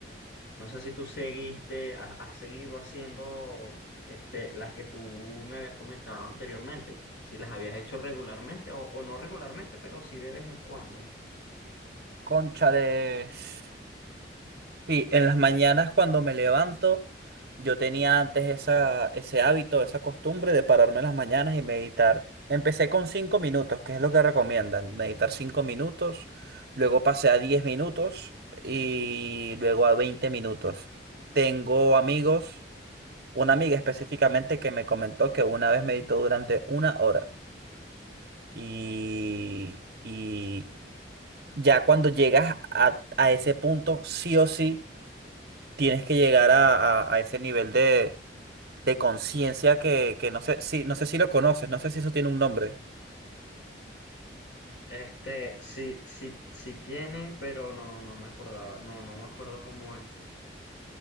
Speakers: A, on the left; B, on the right.
A: No sé si tú seguiste, has, has seguido haciendo este, las que tú me habías comentado anteriormente, si las habías hecho regularmente o, o no regularmente, pero sí de vez en cuando.
B: Cónchales. Sí, en las mañanas cuando me levanto, yo tenía antes esa, ese hábito, esa costumbre de pararme en las mañanas y meditar. Empecé con cinco minutos, que es lo que recomiendan, meditar cinco minutos, luego pasé a 10 minutos y luego a 20 minutos. Tengo amigos, una amiga específicamente que me comentó que una vez meditó durante una hora y, y ya cuando llegas a, a ese punto, sí o sí, tienes que llegar a, a- a ese nivel de, de conciencia que, que no sé si, no sé si lo conoces, no sé si eso tiene un nombre.
A: Este, sí, sí, sí tiene, pero no, no me acordaba, no, no me acuerdo cómo es.